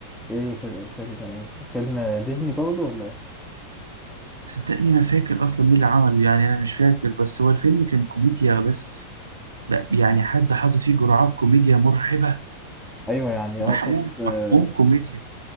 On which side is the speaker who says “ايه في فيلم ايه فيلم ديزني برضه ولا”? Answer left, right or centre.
Centre